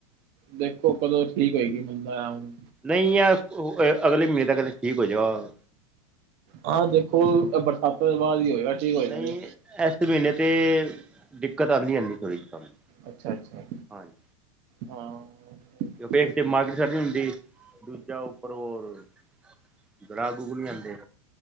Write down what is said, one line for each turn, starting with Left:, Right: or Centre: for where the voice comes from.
Right: ਦੇਖੋ ਕਦੋਂ ਠੀਕ ਹੋਏਗੀ ਮੰੰਦਾ ਆ ਹੁਣ
Centre: ਨਹੀਂ ਯਾਰ ਅਗਲੇ ਮਹੀਨੇ ਤਕ ਤਾ ਠੀਕ ਹੋ ਜਾਓ
Right: ਹਾਂ ਦੇਖੋ ਹੁਣ ਏ ਬਰਸਾਤਾਂ ਤੋਂ ਬਾਦ ਹੀ ਹੋਏਗਾ ਠੀਕ ਹੋਏਗਾ
Centre: ਨਹੀਂ
Right: ਜੇ
Centre: ਇਸ ਮਹੀਨੇ ਤੇ ਦਿੱਕਤ ਆਂਦੀ-ਆਂਦੀ ਕੋਈ ਵੀ ਕੰਮ ਹੋਏ,
Right: ਅੱਛਾ ਅੱਛਾ
Centre: ਹਾਂਜੀ।
Right: ਹਾਂ
Centre: ਕਿਉਂਕਿ ਇੱਕ
Right: ਠੀਕ
Centre: ਤੇ ਮਾਰਕਿਟ ਸੈਟ ਨੀ ਹੁੰਦੀ, ਦੂਜਾ ਉੱਪਰ ਹੋਰ ਗਰਾਕ ਗਰੂਕ ਨੀ ਆਂਦੇ।